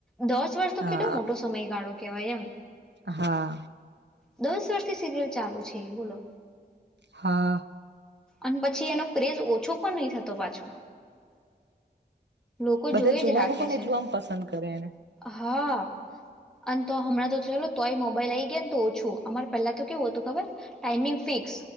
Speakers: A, in the centre; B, on the right.
A: દસ વર્ષ તો
B: હા
A: કેટલો મોટો સમયગાળો કેવાય એમ
B: હા
A: દસ થી સીરિયલ ચાલુ છે બોલો
B: હા
A: અને પછી એનો ક્રેઝ ઓછો પણ નહી થતો પાછો લોકો
B: બધા
A: જોઈ
B: જોવાનું
A: જ રાખે
B: પણ
A: છે
B: એટલું આમ પસંદ કરે એને
A: હા અ તો હમણાં તો ચાલ તોય મોબાઈલ આ આવી ગયા ને તો ઓછું અમારે પહેલા તો કેવું હતું ખબર ટાઈમિંગ ફિક્સ